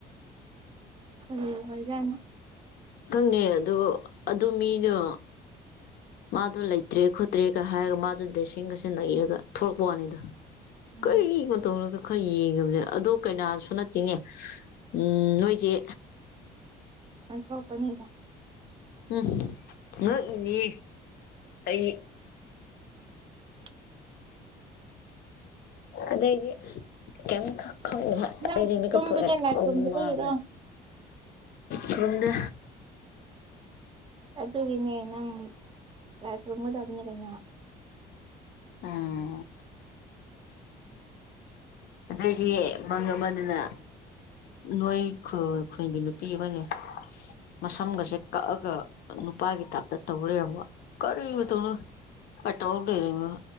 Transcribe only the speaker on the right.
<unintelligible> ꯑꯣꯏꯖꯠꯅꯣ
ꯎꯝ
ꯑꯣꯟꯊꯣꯛꯄꯅꯤꯗ
<inaudible>
ꯅꯪ
ꯇꯨꯝꯕꯗ
ꯂꯥꯏ
ꯈꯨꯔꯨꯝꯗꯕꯒꯤꯔꯣ
ꯑ ꯑꯗꯨꯒꯤꯅꯦ ꯅꯪ ꯂꯥꯏ ꯈꯨꯔꯨꯝꯒꯗꯝꯅꯤ ꯀꯩꯅꯣ